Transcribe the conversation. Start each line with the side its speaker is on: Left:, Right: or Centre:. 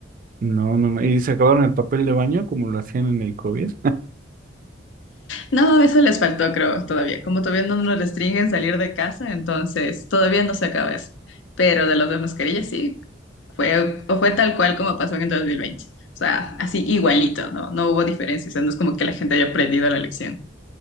Right: No, no, no. Y se acabaron el papel de baño como lo hacían en el COVID.
Left: No, eso les faltó, creo, todavía. Como todavía no nos restringen salir de casa, entonces todavía no se acaba eso. Pero de las dos mascarillas, sí, Fue, o fue tal cual como pasó en el 2020. O sea, así igualito, ¿no? No hubo diferencia. O sea, no es como que la gente haya aprendido la lección.